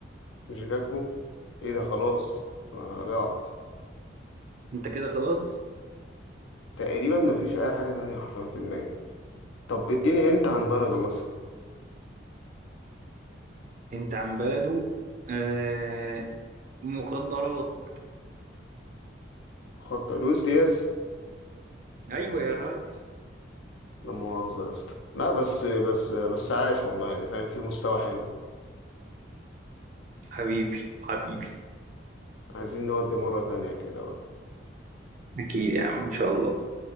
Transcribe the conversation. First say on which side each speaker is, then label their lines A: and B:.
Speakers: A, on the left; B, on the right.
A: مش جاكبو ايه ده خلاص آه ضعت
B: انت كده خلاص
A: تقريبا مفيش اي حاجة تانية حرفيا في دماغي طب اديني انت عن بلده مثلا
B: انت عن بلده آه مخدرات
A: خد لويس دياز
B: ايوه يا راجل
A: لا مؤاخذة يا اسطى لا بس بس بس عاش والله يعني فاهم في مستوى حلو
B: حبيبي حبيبي
A: عايزين نودي مرة تانية كده بقى
B: اكيد يا عم ان شاء الله